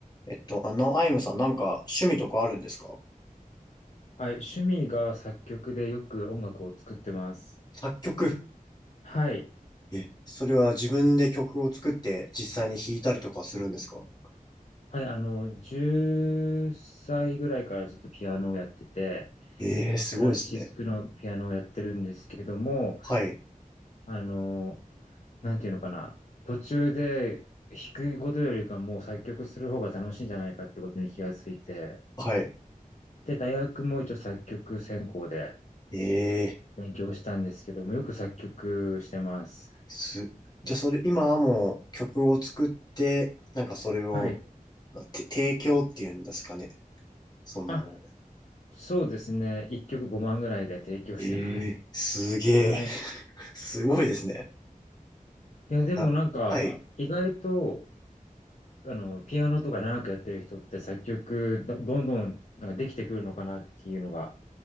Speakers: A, on the left; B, on the left.
A: えっと、あの、アイムさん、なんか趣味とかあるんですか
B: はい、趣味が作曲でよく音楽を作ってます。
A: 作曲。
B: はい。
A: え、それは自分で曲を作って実際に弾いたりとかするんですか
B: はい、あの、10歳ぐらいからずっとピアノをやってて、
A: ええー、すごいですね。
B: クラシックのピアノをやってるんですけども、
A: はい、
B: あの、なんていうのかな、途中で弾くことよりかもう作曲する方が楽しいんじゃないかってことに気がついて、
A: はい。
B: で、大学も一応作曲専攻で
A: ええー、
B: 勉強したんですけども、よく作曲してます。
A: す、じゃあそれ、今はもう曲を作って、なんかそれを、
B: はい。
A: まて提供っていうんですかね。その、
B: あ、そうですね。1曲5万ぐらいで提供してます。
A: ええー、すげえ、
B: <laughs> はい。
A: <laughs>
B: い
A: すごいですね。
B: や、でもなんか、
A: な、はい。
B: 意外と、あの、ピアノとか長くやってる人って作曲ど、どんどんなんかできてくるのかなっていうのが、